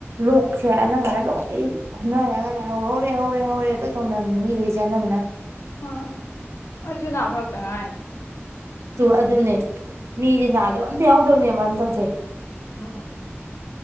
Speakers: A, on the right; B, on the left.
A: ꯂꯣꯛꯁꯦ ꯑꯅꯝꯕꯅ ꯂꯣꯏ ꯈꯨꯅꯔꯒ ꯂꯥꯏꯍꯧ ꯍꯧꯔꯦ ꯍꯧꯔꯦ ꯍꯧꯔꯦ ꯂꯣꯏ ꯇꯧꯅꯝꯃꯤ ꯃꯤꯈꯩꯁꯦ ꯑꯅꯝꯕꯅ
B: ꯍꯣꯏ ꯑꯩꯁꯨ ꯅꯥ ꯐꯔꯛꯇ ꯉꯥꯏꯅꯤ
A: ꯇꯨ ꯑꯗꯨꯝꯅꯦ ꯃꯤꯗꯤ ꯅꯥꯗꯕ ꯑꯝꯇ ꯌꯥꯎꯗꯕꯅꯦꯕꯅ ꯇꯧꯁꯦ
B: ꯎꯝ